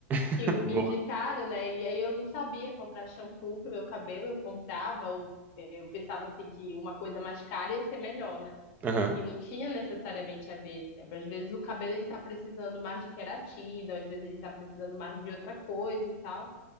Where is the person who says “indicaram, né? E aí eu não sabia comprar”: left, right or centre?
Left